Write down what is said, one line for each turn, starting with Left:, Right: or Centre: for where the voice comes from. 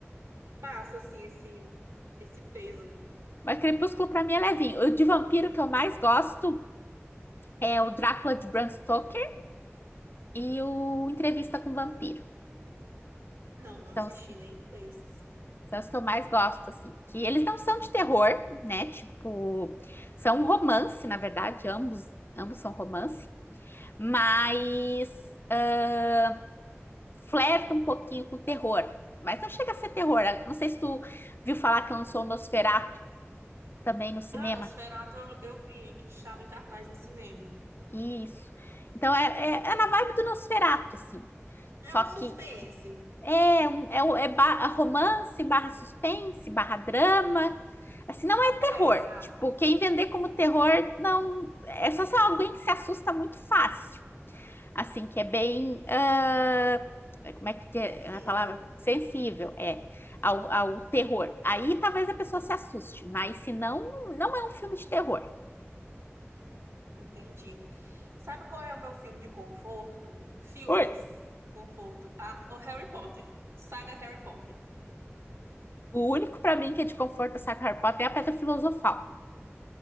Right: passa, assim, esse, esse peso.
Left: Mas Crepúsculo pra mim é levinho. O de vampiro que eu mais gosto é o Drácula de Bram Stoker e o Entrevista com o Vampiro.
Right: Não, não
Left: São
Right: assisti
Left: os,
Right: nenhum desses.
Left: são os que eu mais gosto, assim. Que eles não são de terror, né? Tipo, são um romance, na verdade, ambos, ambos são romance, mas ah, flerta um pouquinho com terror. Mas não chega a ser terror. Não sei se tu viu falar que lançou o Nosferatu também no cinema.
Right: Ah, Nosferatu eu, eu vi que estava em cartaz no cinema.
Left: Isso. Então é, é, é na vibe do Nosferatu, assim.
Right: É
Left: Só
Right: um suspense.
Left: que É, um- é, o- é ba- é romance, barra suspense, barra drama. Assim, não é terror.
Right: É, exato.
Left: Tipo, quem vender como terror, não. É só se é alguém que se assusta muito fácil. Assim, que é bem. ah, como é que é
Right: Sensível.
Left: a palavra? Sensível, é, ao, ao terror. Aí talvez a pessoa se assuste, mas se não, não é um filme de terror.
Right: Entendi. Sabe qual é o meu filme de conforto? Filmes
Left: Oi.
Right: de conforto. Ah, o Harry Potter. Saga Harry Potter.
Left: O único pra mim que é de conforto, saca Harry Potter, é a Pedra Filosofal.